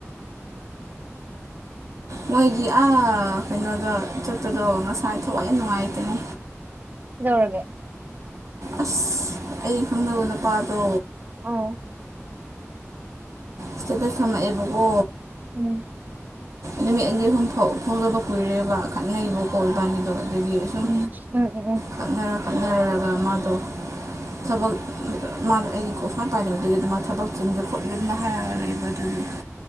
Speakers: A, on the right; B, on the right.
A: ꯃꯣꯏꯒꯤ ꯑꯥ ꯀꯩꯅꯣꯗꯣ ꯆꯨꯠꯇꯗꯣ ꯉꯁꯥꯏ ꯊꯋꯥꯏ ꯌꯥꯝ ꯅꯨꯡꯉꯥꯏꯇꯅꯤ
B: ꯀꯩꯗꯧꯔꯒ
A: ꯑꯁ ꯑꯩ ꯈꯪꯅꯕ ꯅꯨꯄꯥꯗꯣ
B: ꯑꯥꯎ
A: ꯏꯁꯇꯦꯇꯁ ꯊꯥꯝꯃꯛ ꯑꯦꯕꯀꯣ
B: ꯎꯝꯅꯦ
A: ꯅꯨꯃꯤꯠ ꯑꯅꯤ ꯑꯍꯨꯝ ꯄꯥꯎ ꯐꯥꯎꯅꯗꯕ ꯀꯨꯏꯔꯦꯕ ꯈꯠꯅꯩꯕꯀꯣ ꯏꯕꯥꯅꯤꯗꯣ ꯑꯗꯒꯤ ꯑꯗꯨꯨꯝ
B: ꯎꯝ ꯎꯝ ꯎꯝ
A: ꯈꯠꯅꯔ ꯈꯠꯅꯔꯒ ꯃꯥꯗꯣ ꯊꯕꯛ ꯃꯥꯗꯣ ꯑꯩꯒꯤ ꯀꯣꯜ ꯁꯨꯡꯄꯥꯏ ꯄꯥꯏꯗꯕꯗꯨꯒꯤ ꯃꯥ ꯊꯕꯛ ꯆꯤꯟꯁꯦ ꯈꯣꯠꯂꯦ ꯑꯗꯨ ꯍꯥꯏꯔꯒ ꯂꯩꯕ ꯑꯗꯨꯒꯤ